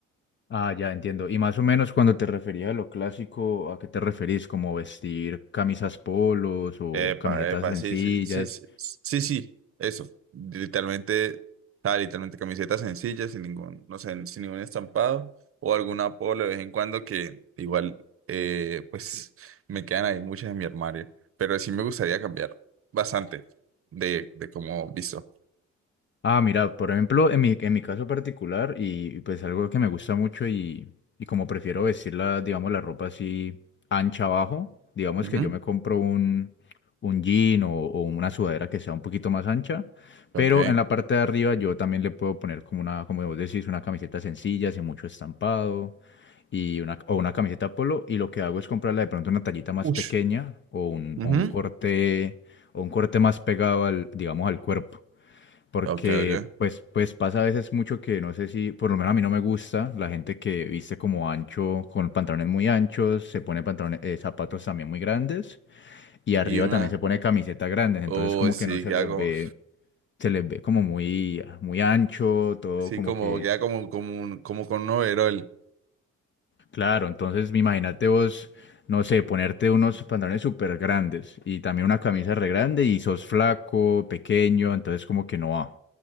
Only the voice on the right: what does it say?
Epa,
epa,
sí, sí, sí, sí, sí, sí, eso. Literalmente, ah, literalmente camisetas sencillas, sin ningún, no sé, sin ningún estampado o algún apodo de vez en cuando que igual, eh, pues me quedan ahí muchas en mi armario. Pero sí me gustaría cambiar bastante de, de cómo visto.
Ujú,
Ok.
Ush.
Ujú,
Ok, ok.
Y una,
oh,
sí,
queda
como,
sí,
como,
queda como, como, un- como con un overol.